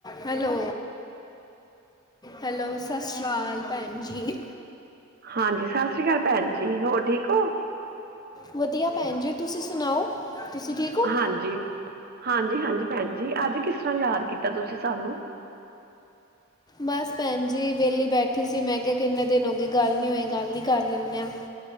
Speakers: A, on the left; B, on the right.
A: Hello hello ਸਤਿ ਸ਼੍ਰੀ ਅਕਾਲ ਭੈਣ ਜੀ
B: ਹਾਂਜੀ ਸਤਿ ਸ੍ਰੀ ਅਕਾਲ ਭੈਣ ਜੀ ਹੋਰ ਠੀਕ ਹੋ
A: ਵਧੀਆ ਭੈਣ ਜੀ ਤੁਸੀਂ ਸੁਣਾਓ ਤੁਸੀਂ ਠੀਕ ਹੋ
B: ਹਾਂਜੀ ਹਾਂਜੀ ਜੀ ਹਾਂਜੀ ਭੈਣ ਜੀ ਅੱਜ ਕਿਸ ਤਰ੍ਹਾਂ ਯਾਦ ਕੀਤਾ ਤੁਸੀਂ ਸਾਨੂੰ
A: ਬਸ ਭੈਣ ਜ ਜੀ ਵਿਹਲੀ ਬੈਠੀ ਸੀ ਮੈਂ ਠ ਕਿੰਨੇ ਦਿਨ ਹੋ ਗ ਗੱਲ ਨਹੀਂ ਹੋਏ ਗੱਲ ਹੀ ਕਰ ਲੈਂਦੇ ਹਾਂ